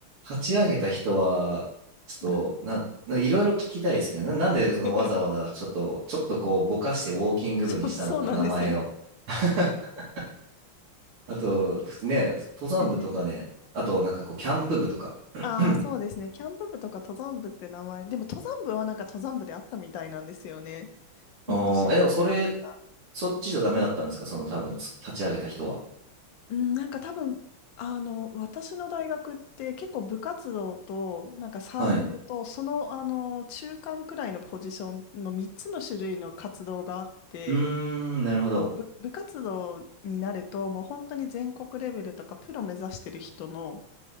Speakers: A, on the right; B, on the left.
A: 立ち上げた人は、ちょっと、
B: はい
A: なん、ないろいろ聞きたいですけど、な、なんでそのわざわざちょっと、
B: <laughs>
A: ちょっとこうぼかしてウォーキング部にしたのか、
B: そう、そうなんですよ。
A: 名前を。<laughs> あと、普通ね、登山部とかで、
B: ええ
A: あとなんかこう、キャンプ部とか。<clears throat>
B: ああ、そうですね。キャンプ部とか登山部って名前、でも登山部はなんか登山部であったみたいなんですよね。もっと真剣なやつだ。
A: おーえ、でもそれ、そっちじゃダメだったんですかその多分つ、立ち上げた人は。
B: うん、なんか多分、あの、私の大学って結構部活動と、なんかサークルと、
A: はい。
B: その、あの、中間くらいのポジションの3つの種類の活動があって、
A: うーん、なるほど。
B: でもう部、部活動になると、もう本当に全国レベルとかプロ目指してる人の